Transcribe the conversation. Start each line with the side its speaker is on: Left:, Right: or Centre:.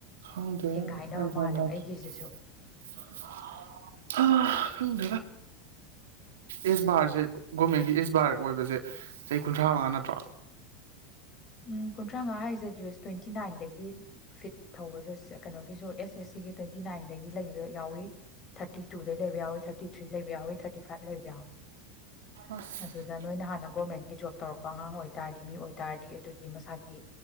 Right: ꯈꯪꯗꯦꯑꯩ
Left: ꯊꯦꯡꯒꯥꯏꯅꯕ
Right: ꯒꯔꯥꯟꯗ
Left: ꯃꯥꯜꯂꯦꯕ
Right: ꯇꯥꯁꯦ
Left: ꯑꯩꯒꯤꯁꯤꯁꯨ
Right: ꯑꯦꯁ ꯕꯥꯔꯁꯦ ꯒꯣꯔꯃꯦꯟꯒꯤ ꯑꯦꯁ ꯕꯥꯔ ꯑꯣꯏꯕꯁꯦ ꯆꯍꯤ ꯀꯨꯟꯊ꯭ꯔꯥ ꯃꯉꯥ ꯅꯠꯇ꯭ꯔꯣ
Left: ꯎꯝ ꯀꯨꯟꯊ꯭ꯔꯥ ꯃꯉꯥ ꯍꯥꯏꯔꯤꯁꯦ ꯖꯨꯁ ꯇ꯭ꯋꯦꯟꯇꯤ ꯅꯥꯏꯟꯗꯒꯤ ꯐꯤꯠ ꯊꯧꯕꯁꯨ ꯀꯩꯅꯣꯒꯤꯁꯨ ꯑꯦꯁ ꯑꯦꯁ ꯁꯤꯒꯤ ꯇ꯭ꯋꯦꯟꯇꯤ ꯅꯥꯏꯟꯗꯒꯤ ꯂꯩꯕ ꯌꯥꯎꯋꯤ ꯊꯥꯔꯇꯤ ꯇꯨꯗꯒꯤ ꯂꯩꯕ ꯌꯥꯎꯋꯤ ꯊꯥꯔꯇꯤ ꯊ꯭ꯔꯤ ꯂꯩꯕ ꯌꯥꯎꯋ ꯊꯥꯔꯇꯤ ꯐꯥꯏꯚ ꯂꯩꯕ ꯌꯥꯎꯏꯤ
Right: ꯑꯁ
Left: ꯑꯗꯨꯗ ꯅꯣꯏꯅ ꯍꯥꯟꯅ ꯒꯣꯔꯃꯦꯟ ꯖꯣꯕ ꯇꯧꯔꯛ ꯑꯉꯥꯡ ꯑꯣꯏꯇꯥꯔꯗꯤ ꯃꯤ ꯑꯣꯏ ꯇꯥ ꯑꯗꯨ ꯃꯁꯥꯒꯤ